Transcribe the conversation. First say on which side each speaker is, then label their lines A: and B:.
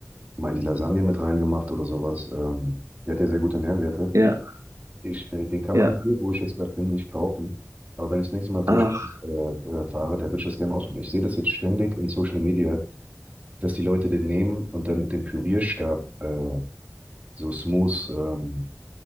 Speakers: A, on the right (about 30°); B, on the right (about 75°).
A: mal in die Lasagne mit reingemacht oder sowas. Ähm, der hat ja sehr gute Nährwerte.
B: ja,
A: Ich, äh, den kann
B: ja.
A: man hier, wo ich jetzt gerade bin, nicht kaufen. Aber wenn ich das nächste Mal durch
B: Ach,
A: äh, äh, fahre, da würde ich das gerne ausprobieren. Ich sehe das jetzt ständig in Social Media, dass die Leute den nehmen und dann mit dem Pürierstab äh, so smooth, ähm,